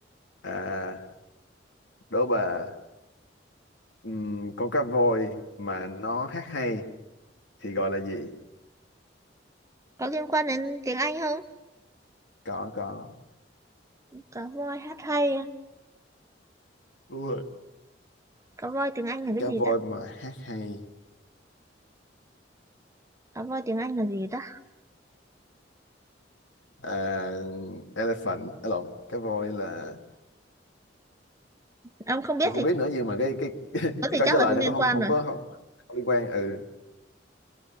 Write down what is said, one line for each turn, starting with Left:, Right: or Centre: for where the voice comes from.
Left: à đố bà ừm, con cá voi mà nó hát hay thì gọi là gì
Right: có liên quan đến tiếng Anh không?
Left: có có
Right: Cá voi hát hay.
Left: đúng rồi
Right: Cá voi tiếng Anh là cái
Left: cá
Right: gì
Left: voi
Right: ta?
Left: mà hát hay
Right: Cá voi tiếng Anh là gì ta?
Left: à, elephant à, lộn cái voi là
Right: Ông không biết
Left: tôi không
Right: thì
Left: biết nữa nhưng mà cái cái <laughs>
Right: có
Left: cái
Right: thì
Left: câu
Right: chắc
Left: trả
Right: là
Left: lời
Right: không
Left: nó
Right: liên
Left: có không
Right: quan
Left: không
Right: rồi.
Left: có không, không liên quan ừ <laughs>